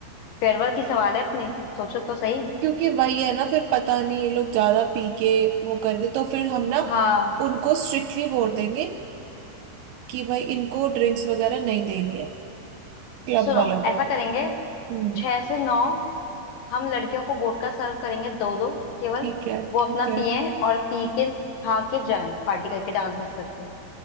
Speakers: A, on the left; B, on the right.
A: फेयरवेल की सवाल है अपनी सोचो तो सही
B: क्योंकि वही है ना फिर पता नहीं ये लोग ज्यादा पी के वो कर दे तो फिर हम ना
A: हाँ
B: उनको स्ट्रिक्टली बोल देंगे कि भाई इनको ड्रिंक्स वगैरह नहीं देनी है क्लब
A: सुनो
B: वालों को
A: ऐसा करेंगे
B: हम्म
A: छह से नौ हम लड़कियों को वोडका सर्व करेंगे दो दो केवल
B: ठीक है
A: वो
B: ठीक
A: अपना
B: है
A: पिए और पी के खा के जाएं पार्टी करके डांस वांस करके